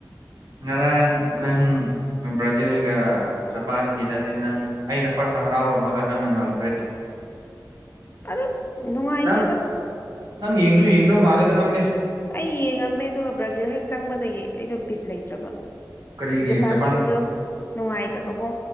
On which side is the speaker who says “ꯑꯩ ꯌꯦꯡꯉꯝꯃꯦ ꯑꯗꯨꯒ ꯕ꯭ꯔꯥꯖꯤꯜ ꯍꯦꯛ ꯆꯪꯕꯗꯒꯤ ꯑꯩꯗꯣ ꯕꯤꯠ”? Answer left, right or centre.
Left